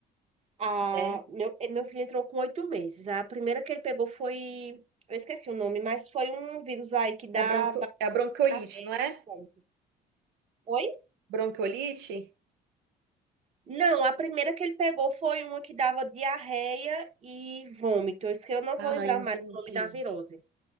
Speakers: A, on the right; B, on the right.
A: A,
B: né?
A: meu, e- meu filho entrou com oito meses. A primeira que ele pegou foi. Eu esqueci o nome, mas foi um vírus aí que dá
B: É bronco...
A: ba-
B: é a bronquiolite,
A: diarreia.
B: não é?
A: e vômito. Oi?
B: Bronquiolite?
A: Não, a primeira que ele pegou foi uma que dava diarreia e vômito. Isso que eu não
B: Ah,
A: vou lembrar
B: entendi.
A: mais o nome da virose.